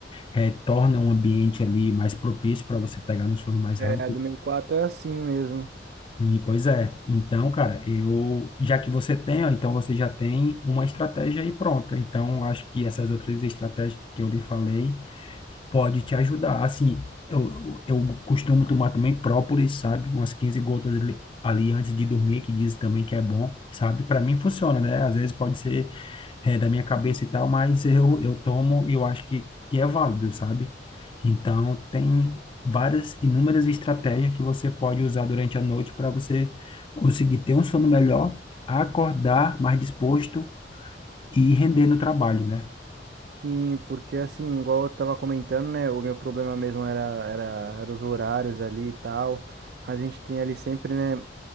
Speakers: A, on the left; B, on the right.
A: é, torna um ambiente ali mais propício para você pegar no sono mais
B: É,
A: rápido.
B: do meu quarto é assim mesmo.
A: E, pois é. Então, cara, eu já que você tem, ó, então você já tem uma estratégia aí pronta. Então, acho que essas outras estratégias que eu lhe falei Pode te ajudar. Assim, eu, eu eu costumo tomar também própolis, sabe? Umas 15 gotas ali, ali antes de dormir, que diz também que é bom, sabe? Para mim funciona, né? Às vezes pode ser é, da minha cabeça e tal, mas eu, eu tomo e eu acho que, que é válido, sabe? Então, tem várias, inúmeras estratégias que você pode usar durante a noite para você conseguir ter um sono melhor, acordar mais disposto e render no trabalho, né?
B: Sim, porque assim, igual eu tava comentando, né? O meu problema mesmo era, era, era os horários ali e tal. A gente tem ali sempre, né?